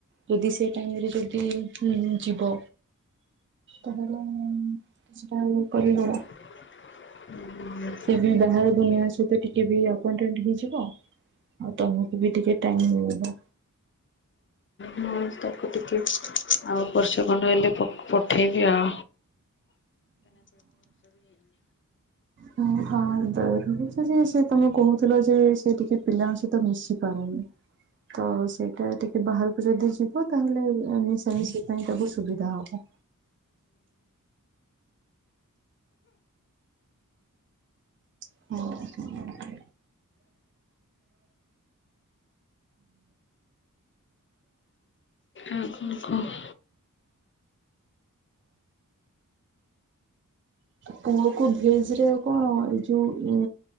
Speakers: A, on the right; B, on the left.
A: ଯଦି ସେ ଟାଇମ ରେ ଯଦି ଯିବ। ତାହେଲେ କିଛିଟା କରିବ।
B: ହୁଁ <unintelligible>
A: ସେ ବି ବାହାର ଦୁନିଆ ସହିତ ଟିକେ ବି <unintelligible> ହେଇଯିବ। ଆଉ ତମକୁ ବି ଟିକେ ଟାଇମ ମିଳିବ।
B: ହଁ ତ। ଟିକେ ଆଉ ବର୍ଷ ଖଣ୍ଡ ହେଲେ <unintelligible> ଠିକ ଆ
A: ହଁ ହଁ ଦୟ ରଛି ଯେ ସେ ତମେ କହୁଥିଲ ଯେ ସେ ଟିକେ ପିଲାଙ୍କ ସହିତ ମିଶି ପାରେନି। ତ ସେଇଟା ଟିକେ ବାହାରକୁ ଯଦି ଯିବ ତାହେଲେ ମିଶା ମିଶି ପାଇଁ ସବୁ ସୁବିଧା ହବ। <inaudible>
B: ଆଉ କଣ କହ।
A: ପୁଅକୁ ଭେଜ ରେ ଆଉ କଣ ଏଇ ଯୋଉ ଉଁ